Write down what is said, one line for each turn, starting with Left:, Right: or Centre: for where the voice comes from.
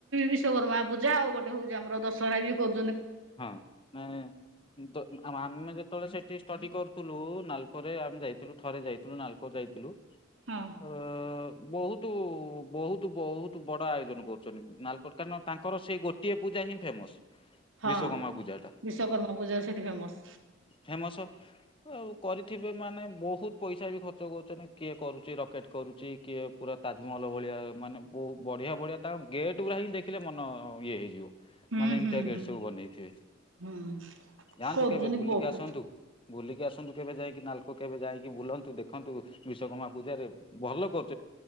Right: ବିଶ୍ଵକର୍ମା ପୂଜା ଆଉ ଗୋଟେ ହଉଚି ଆମର ଦଶରା ବି କ
Left: ହଁ ମାନେ ଦ ଆ ଆମେ ଯେତେବେଳେ ସେଠି ସ୍ ଷ୍ଟଡି କରୁଥୁଲୁ ନାଲକୋ ରେ ଆମେ ଯାଇଥିଲୁ ଥରେ ଯାଇଥିଲୁ ନାଲକୋ ଯାଇଥିଲୁ।
Right: ହଁ।
Left: ଅ ବହୁତ ବହୁତ ବହୁତ ବଡ ଆୟୋଜନ କରୁଚନ୍ତି ନାଲକୋରେ, କାରଣ ତାଙ୍କର ସେଇ ଗୋଟିଏ ପୂଜା ଜା ହିଁ ଫେମସ୍।
Right: ହଁ
Left: ବିଶ୍ଵକର୍ମା ପୂଜାଟା
Right: ବିଶ୍ଵକର୍ମା ପୂଜା ସେଠି ଫେମସ୍।
Left: ଫେମସ ଆଉ କରିଥିବେ ମାନେ ବହୁତ ପଇସା ବି ଖର୍ଚ୍ଚ କରୁଚନ୍ତି, କିଏ କରୁଚି ରକେଟ୍ କରୁଚି କିଏ ପୁରା ତାଜମହଲ ଯୋଉ ଭଳିଆ ମାନେ ବୋ ବଢିଆ ବଢିଆ ତାଙ୍କ ଗେଟ ଗୁରା ହିଁ ଦେଖିଲେ ମନ ଇଏ ହେଇଯିବ।
Right: ହୁଁ-
Left: ମାନେ ଏମିତିଆ
Right: ହୁଁ-
Left: ଗେଟ୍
Right: ହୁଁ।
Left: ସବୁ ବନେଇଥିବେ।
Right: ହୁଁ
Left: ଯାଆନ୍ତୁ
Right: କରୁଛନ୍ତି
Left: କେବେ ବୁଲିକି
Right: ବହୁତ
Left: ଆସନ୍ତୁ, ବୁଲିକି ଆସନ୍ତୁ କେବେ ଯାଇକି? ନାଲକୋ କେବେ ଯାଇକି ବୁଲନ୍ତୁ ଦେଖନ୍ତୁ, ବିଶ୍ୱକର୍ମା ପୂଜାରେ ଭଲ କରୁ